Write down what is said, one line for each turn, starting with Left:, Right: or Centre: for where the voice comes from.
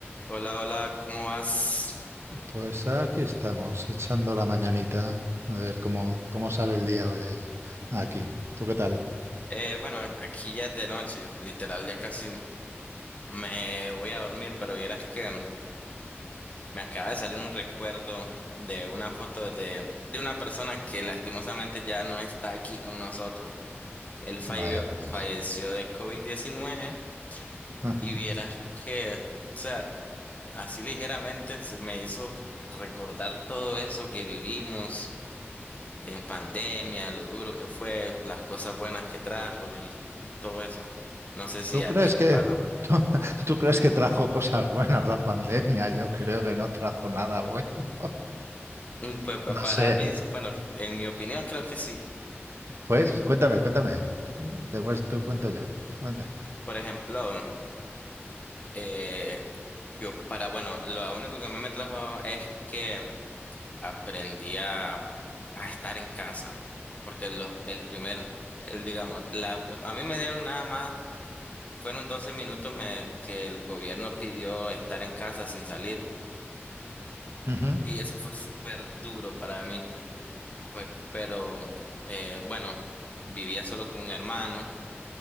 Left: Hola, hola, ¿cómo vas?
Right: Pues aquí estamos, echando la mañanita. A ver cómo, cómo sale el día hoy ahí, aquí. ¿Tú qué tal?
Left: Eh, bueno, aquí ya es de noche, literal, ya casi me voy a dormir, pero vieras que me acaba de salir un recuerdo de una foto de, de una persona que lastimosamente ya no está aquí con nosotros. Él falleció,
Right: Vaya, perdes.
Left: falleció de covid diecinueve
Right: Ajá.
Left: y vieras que, o sea, así ligeramente se me hizo recordar todo eso que vivimos en pandemia, lo duro que fue, las cosas buenas que trajo y, y todo eso. No sé si
Right: ¿Tú
Left: a
Right: crees
Left: ti te
Right: que,
Left: pasa.
Right: <laughs> tú, crees que trajo cosas buenas la pandemia? Yo creo que no trajo nada bueno. <laughs>
Left: Mm, Pues pa-
Right: No
Left: para
Right: sé.
Left: mí, es- bueno, en mi opinión creo que sí.
Right: Pues cuéntame, cuéntame. Después te cuento yo. Venga.
Left: Por ejemplo, eh, yo para, bueno, lo único que a mí me trajo es que aprendí a, a estar en casa, porque los el primer, el, digamos, la, a mí me dieron nada más, fueron 12 minutos me, que el gobierno pidió estar en casa sin salir.
Right: Ujú,
Left: Y eso fue súper duro para mí. Pues, pero eh, bueno, vivía solo con un hermano